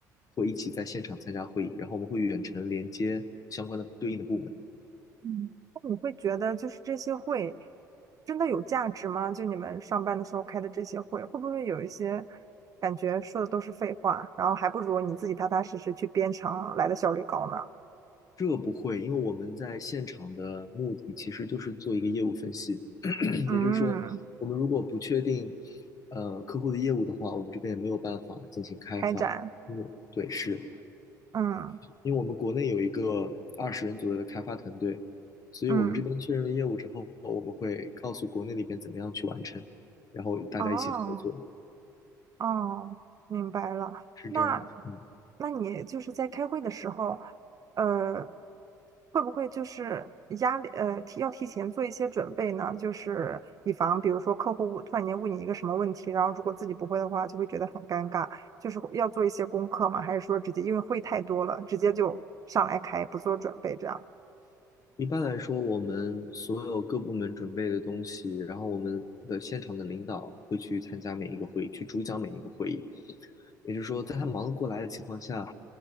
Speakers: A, on the left; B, on the right.
A: 会一起在现场参加会议，然后我们会远程连接相关的对应的部门。
B: 嗯。那你会觉得就是这些会真的有价值吗？就你们上班的时候开的这些会，会不会有一些感觉说的都是废话，然后还不如你自己踏踏实实去编程来的效率高呢？
A: 这不会，因为我们在现场的目的其实就是做一个业务分析，<clears throat> <coughs>
B: 嗯，
A: 也就是说，我们如果不确定呃客户的业务的话，我们这边也没有办法进行开发。
B: 开展，
A: 嗯，对，是
B: 嗯
A: 因为我们国内有一个二十人左右的开发团队，所以我们这边确认了业务之后，
B: 嗯，
A: 我们会告诉国内那边怎么样去完成，然后大家一起合作，
B: 哦。哦，明白了。
A: 是这样。
B: 那，
A: 嗯。
B: 那你就是在开会的时候，呃，会不会就是压力，呃，提要提前做一些准备呢？就是以防，比如说客户突然间问你一个什么问题，然后如果自己不会的话，就会觉得很尴尬。就是要做一些功课吗？还是说直接因为会太多了，直接就上来开，不做准备这样？
A: 一般来说，我们所有各部门准备的东西，然后我们的现场的领导会去参加每一个会议，去主讲每一个会议。也就是说，在他忙得过来的情况下，